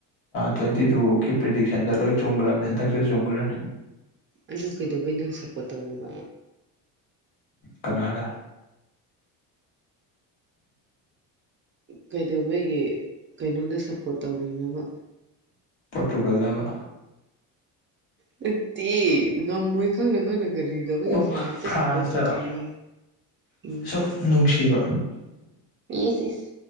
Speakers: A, on the left; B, on the right.
A: ꯇ꯭ꯋꯦꯟꯇꯤ ꯇꯨꯀꯤ ꯄ꯭ꯔꯤꯗꯤꯛꯁꯟꯗ ꯂꯣꯏ ꯆꯨꯝꯈ꯭ꯔꯕꯅꯦ ꯍꯟꯗꯛꯁꯨ ꯆꯨꯝꯈ꯭ꯔꯅꯤ
B: ꯑꯗꯨ ꯀꯩꯗꯧꯕꯩꯅꯣ ꯁꯞꯄꯣꯔꯠ ꯇꯧꯔꯤꯕ
A: ꯀꯅꯥꯗ
B: ꯀꯩꯗꯧꯕꯒꯤ ꯀꯩꯅꯣꯗ ꯁꯞꯄꯣꯔꯠ ꯇꯧꯔꯤꯅꯣꯕ
A: ꯄꯣꯔꯇꯨꯒꯜꯂꯕ
B: ꯅꯠꯇꯦ ꯉꯝꯃꯣꯏ ꯈꯪꯅ ꯈꯪꯅ ꯀꯔꯤꯇꯧꯕꯩ
A: ꯑꯣ
B: ꯐ꯭ꯔꯥꯟꯁꯇ
A: ꯐ꯭ꯔꯥꯟꯁꯇꯔꯣ
B: ꯁꯄꯣꯠ ꯇꯧꯔꯤꯅꯣ ꯎꯝ
A: ꯁꯨꯝ ꯅꯨꯡꯁꯤꯕ
B: ꯏꯁ ꯏꯁ